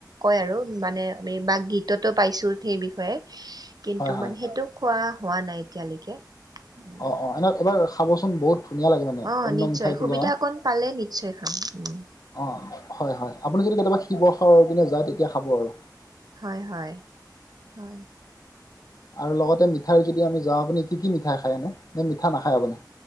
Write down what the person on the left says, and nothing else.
হয় হয়
অ', অ', এনে এইবাৰ খাবচোন বহুত ধুনীয়া লাগে মানে
অন্য
মিঠাই
তুলনাত।
অ', হয়-হয় আপুনি যদি কেতিয়াবা শিৱসাগৰ কিনে যায় তেতিয়া খাব আৰু।
আৰু লগতে মিঠাইৰ যদি আমি যাওঁ আপুনি কি-কি মিঠাই খায় আনে, নে মিঠা নাখায় আপুনি?